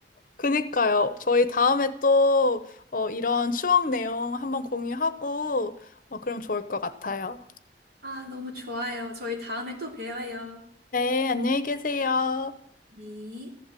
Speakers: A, on the left; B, on the right.
A: 그니까요. 저희 다음에 또 어, 이런 추억 내용 한번 공유하고 어, 그럼 좋을 것 같아요.
B: 아, 너무 좋아요. 저희 다음에 또 봬요.
A: 네, 안녕히 계세요.
B: 네.